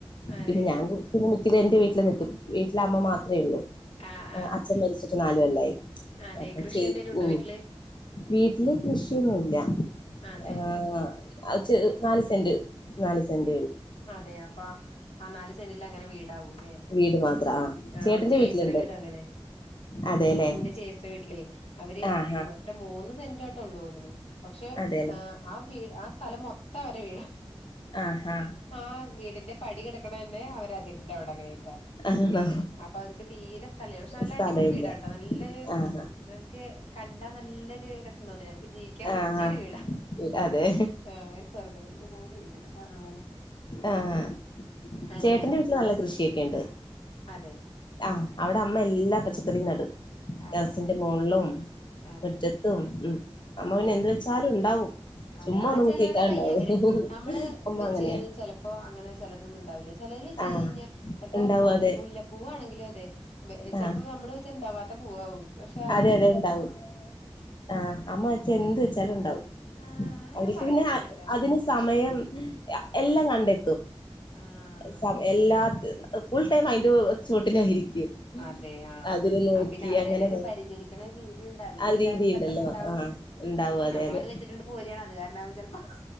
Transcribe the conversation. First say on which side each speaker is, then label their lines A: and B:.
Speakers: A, on the left; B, on the left.
A: അതെ
B: പിന്നെ ഞാൻ <unintelligible> ഇത എന്റെ വീട്ടിൽ നിൽക്കും വീട്ടില അമ്മ മാത്രയുള്ളൂ
A: ആഹ് ആഹ്
B: അച്ഛൻ മരിച്ചിട്ട് നാലുകൊല്ലായി
A: അതെ
B: അപ്പൊ
A: കൃഷി
B: ചെ
A: എന്തേലും ഉണ്ടോ
B: കു
A: വീട്ടില്
B: വീട്ടില്െ കൃഷിയൊന്നുല്ല
A: അതെ
B: ഏഹ് <unintelligible> നാല് സെന്റ് നാല് സെന്റ്.
A: അതെ അപ്പൊ ആ നാല് സെന്റില് അങ്ങനെ വീടാവൂ ല്ലേ
B: വീട് മാത്രം
A: ആ
B: ചേട്ടന്റെ
A: അവിടെ ചേച്ചിറ
B: വീട്ടിലുണ്ട്
A: വീട് അങ്ങനെ
B: അതെല്ലേ
A: എന്റെ ചേച്ചി ടെ വീട്ടിലേ അവര്
B: ആഹാ
A: അത്ര മൂന്ന് സെന്റോ ട്ടള്ളൂ ന്നുണു പക്ഷെ
B: അതെല്ലേ
A: ആ വി ആ സ്ഥലം മൊ അവരെ വീടാ
B: ആഹാ
A: ആ വീടിന്റെ പടികിടക്കണ തന്നെ അവര അതിറിന്റെ അവിടെ അങ്ങനെയി
B: ആഹ
A: അപ്പൊ അവർക്ക് തീരെ സ്ഥല പക്ഷെ നല്ല
B: സ്ഥലം
A: അടിപൊളി വീടാട്ടോ
B: ഇല്ല
A: നല്ലൊരു
B: ആഹാ
A: നമക്ക് കണ്ട നല്ലൊരു രസം തോന്നില്ല നമുക്ക് ജീവിക്കാൻ പറ്റിയൊ
B: ആഹാ
A: ഒരു വീടാ
B: അതെ
A: ആ ഒരു സ്വർഗ്ഗ തുല്യമായ വീട് പറഞ്ഞ പോലെ
B: ആ ആ
A: അങ്ങനെയാ
B: ചേട്ടന്റെ വീട്ടിൽ നല്ല കൃഷിയൊക്കെണ്ട്
A: അതെ
B: ആഹ് അവിടെ അമ്മ എല്ലാ പച്ചക്കറ നടും
A: ആ
B: ടെറസിന്റെ
A: ആ
B: മൊൾള്ളും
A: അതെ
B: മുറ്റത്തും ഉം അമ്മ പിന്നെ
A: ആ
B: എന്ത് വെച്ചാലും ഉണ്ടാവും
A: അതെ
B: ചുമ്മാ
A: ആ
B: ഒന്ന്
A: ചിലവരുടെ
B: കുത്തിയിട്ടാ
A: കൈ
B: ഉണ്ടാവും
A: അങ്ങനെ നമ്മള്
B: അമ്മ
A: വെച്ച്
B: അങ്ങനെയാ
A: കഴി ചിലപ്പോ അങ്ങനെ ചിലത ഉണ്ടാവില്ല ചിലർ വെച്ച്
B: ആ
A: കഴിഞ്ഞൽ ചിലപ്പോ
B: ഉണ്ടാവും
A: മു
B: അതെ
A: മുല്ലപ്പൂ ആണെങ്കിലും അതെ ചിലപ്പോ
B: ആ
A: നമ്മള് വെച്ച ഇണ്ടാവാത്ത പൂവാവും പഷ്
B: അതെ അതെ ഇണ്ടാവും ആ അമ്മ വച്ച എന്ത് വെച്ചാലും ണ്ടാവും
A: ആഹ് അങ്ങനെ
B: അവർക്ക്
A: പറയണ
B: പിന്നെ
A: കേട്ടിട്ടുണ്ട് ട്ടോ
B: അതിന് സമയം എല്ലാം കണ്ടെ
A: ആഹ്
B: സമയം എല്ലാ ഫുൾ ടൈം അതിന്റെ ചുവട്ടില യിരി ക്യും
A: അതെ ആഹ്
B: അതില് നോക്കി
A: ആ പിന്നെ അവരന്നെ
B: അങ്ങനെ
A: ഒരു പരിചരിക്കണ ഒരു രീതിയുണ്ട് അത്
B: ആ
A: ചെയ്താലും
B: രീതി
A: പെട്ടെന്നുണ്ടാവും
B: ഉണ്ടല്ലോ ആഹ് ഉണ്ടാവും അതെ
A: നമ്മളത്
B: അതെ
A: വെച്ചിട്ടിണ്ട് പോരിയാ <unintelligible> ചിലപ്പോ